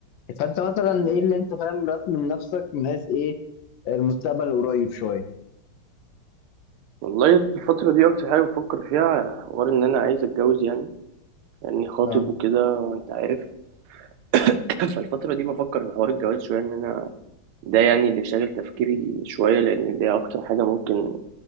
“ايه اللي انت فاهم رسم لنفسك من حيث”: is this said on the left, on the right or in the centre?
Left